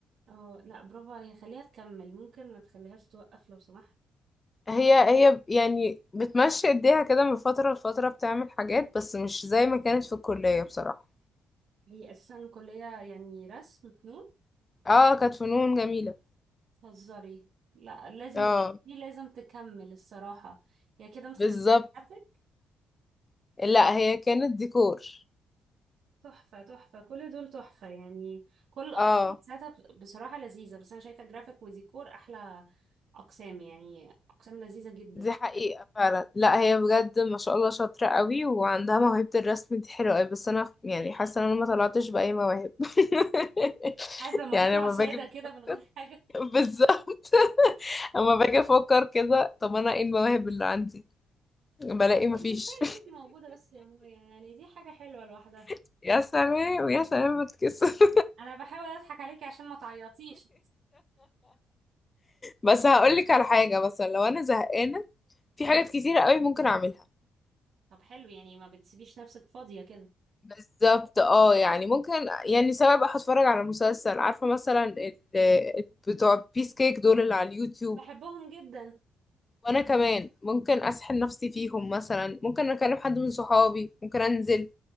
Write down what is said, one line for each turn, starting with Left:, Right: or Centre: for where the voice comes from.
Right: اه لا برافو عليها خليها تكمل ممكن ما تخليهاش توقف لو سمحت
Left: هي هي يعني بتمشي ايديها كده من فترة لفترة بتعمل حاجات بس مش زي ما كانت في الكلية بصراحة
Right: هي اساسا كلية يعني رسم فنون
Left: اه كانت فنون جميلة
Right: تهزري لا لازم
Left: اه
Right: دي لازم تكمل الصراحة هي كده متخصصة
Left: بالظبط
Right: جرافيك
Left: لا هي كانت ديكور
Right: تحفة تحفة كل دول تحفة يعني كل الأقسام
Left: اه
Right: بتاعتها ب- بصراحة لذيذة بس أنا شايفة جرافيك وديكور أحلى أقسام يعني أقسام لذيذة جدا
Left: دي حقيقة فعلا لا هي بجد ما شاء الله شاطرة قوي وعندها موهبة الرسم دي حلوة قوي بس انا يعني حاسة ان انا ما طلعتش بأي مواهب <laughs>
Right: عارف لما
Left: يعني
Right: تطلع
Left: لما
Right: سادة
Left: باجي
Right: كده من غير حاجة
Left: بالظبط <laughs> اما باجي افكر كده طب انا ايه المواهب اللي عندي بلاقي
Right: انت
Left: مفيش
Right: انت كفاية ان انت موجودة بس يا مويا يعني دي حاجة حلوة لوحدها
Left: <laughs> يا سلام يا سلام بتكسر <laughs>
Right: أنا بحاول أضحك عليكي عشان ما تعيطيش
Left: بس هقولك على حاجة مثلا لو أنا زهقانة في حاجات كتيرة قوي ممكن أعملها
Right: طب حلو يعني ما بتسيبيش نفسك فاضية كده
Left: بالظبط اه يعني ممكن يعني سواء بقى هتفرج على مسلسل عارفة مثلا ال- ال- بتوع بيس كيك دول اللي على اليوتيوب
Right: بحبهم جدا
Left: وأنا كمان ممكن أسحل نفسي فيهم مثلا ممكن أكلم حد من صحابي ممكن أنزل